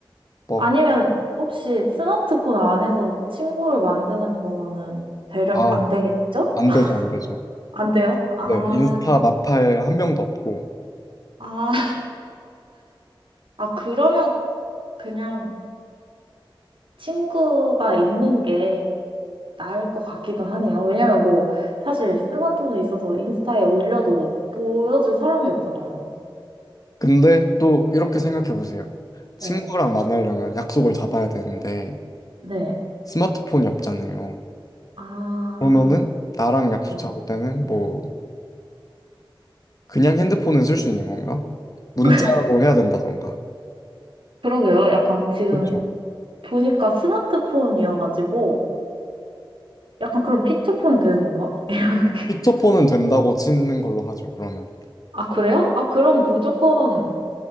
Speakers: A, on the left; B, on the right.
A: 막,
B: 아니면 혹시 스마트폰 안에서 친구를 만드는 거는 되려,
A: 아,
B: 안 되겠죠?
A: 안
B: <laughs>
A: 되죠, 안 되죠.
B: 안 돼요? 아,
A: 네, 인스타 마팔 한 명도 없고.
B: 아, 아, 그러면 그냥 친구가 있는 게 나을 것 같기도 하네요. 왜냐면 뭐, 사실 스마트폰에 있어서 인스타에 올려도 보여줄 사람이 없잖아요.
A: 근데 또 이렇게
B: 네,
A: 생각해 보세요.
B: 네,
A: 친구랑 만나려면 약속을 잡아야 되는데
B: 네.
A: 스마트폰이 없잖아요.
B: 아,
A: 그러면은 나랑 약속
B: 네.
A: 잡을 때는 뭐 그냥 핸드폰은 쓸 수 있는 건가? 문자로
B: <laughs>
A: 해야 된다던가.
B: 그러게요. 약간 지금
A: 그렇죠.
B: 보니까 스마트폰이어가지고, 약간 그럼 피처폰 되는 건가? <laughs> 이렇게.
A: 피처폰은 된다고 치는 걸로 하죠, 그러면.
B: 아, 그래요? 아, 그럼 무조건